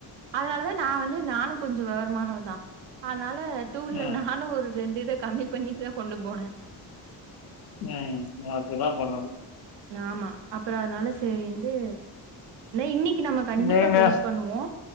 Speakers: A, on the right (about 60°); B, on the left (about 50°).
A: அதனாலதா நா வந்து நானு கொஞ்சோ வெவரமானவ தா அதனால டூல்ல
B: ம்,
A: நானு ஒரு ரெண்டு இத கம்மி பண்ணிட்டுதா கொண்டு போன
B: ம் அப்டிதா பண்ணணு
A: ஆமா அப்றோ அதனால சரிண்ட்டு இன்னிக் கு நம்ம கண்டிப்பா
B: நீங்க?
A: ட்ரை பண்ணுவோ